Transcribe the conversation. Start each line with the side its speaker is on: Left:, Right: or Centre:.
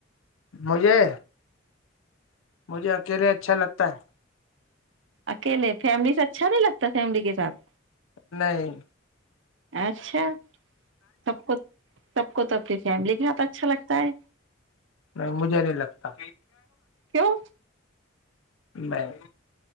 Left: مجھے مجھے اکیلے اچھا لگتا ہے
Right: اکیلے فیملی سے اچھا نہیں لگتا فیملی کے ساتھ
Left: ہے نہیں
Right: اچھا اب خود سب کو تکلیف فیملی کے ہاتھ اچھا لگتا ہے
Left: نہیں مجھے نہیں لگتا
Right: کیوں
Left: نہیں